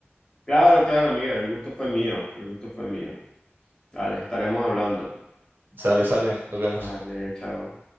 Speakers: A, on the left; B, on the right.
A: Claro, claro, Miguel, el gusto fue mío, el gusto fue mío. Dale, estaremos hablando.
B: Sale, sale, nos vemos.
A: Vale, chao.